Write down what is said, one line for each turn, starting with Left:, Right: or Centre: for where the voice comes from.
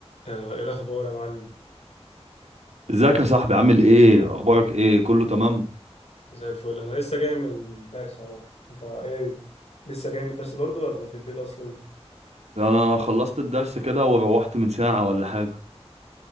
Left: آه، ايه الاخبار يا معلم
Right: ازيك يا صاحبي عامل ايه اخبارك ايه كله تمام
Left: زي الفل انا لسه جاي من الدرس اهو انت ايه لسه جاي من الدرس برضو ولا في البيت اصلا
Right: انا خلصت الدرس كده وروحت من ساعة ولا حاجة